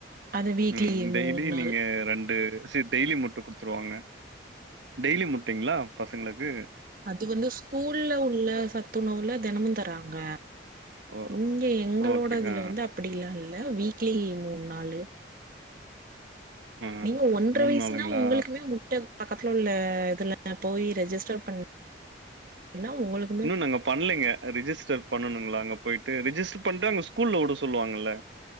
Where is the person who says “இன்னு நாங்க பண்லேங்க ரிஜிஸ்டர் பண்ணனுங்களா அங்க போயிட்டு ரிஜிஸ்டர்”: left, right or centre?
Right